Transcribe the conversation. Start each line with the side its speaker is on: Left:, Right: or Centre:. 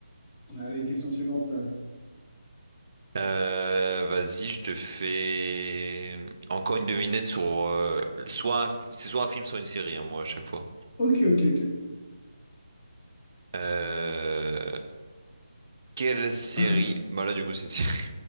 Left: Allez, question suivante.
Right: Euh, vas-y, je te fais encore une devinette sur euh, soit un f- c'est soit un film, soit une série, hein, moi à chaque fois.
Left: Ok, ok, ok.
Right: Euh, quelle série?
Left: <clears throat>
Right: Bah là, du coup, c'est une série.